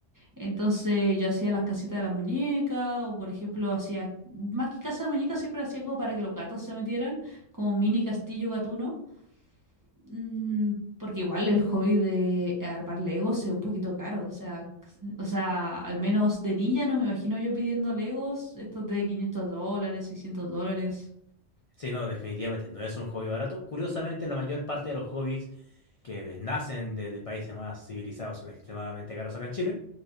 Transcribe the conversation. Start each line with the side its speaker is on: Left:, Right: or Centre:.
Right: Entonces yo hacía las casitas de la muñeca o, por ejemplo, hacía, más que casa de muñeca, siempre hacía como para que los gatos se metieran, como mini castillo gatuno. Mm, porque igual el hobby de armar Legos es un poquito caro. O sea, c- o sea, al menos de niña no me imagino yo pidiendo Legos, estos de quinientos dólares, seiscientos dólares.
Left: Sí, no, definitivamente no es un hobby barato. Curiosamente, la mayor parte de los hobbies que nacen de, de países más civilizados son extremadamente caros acá en Chile.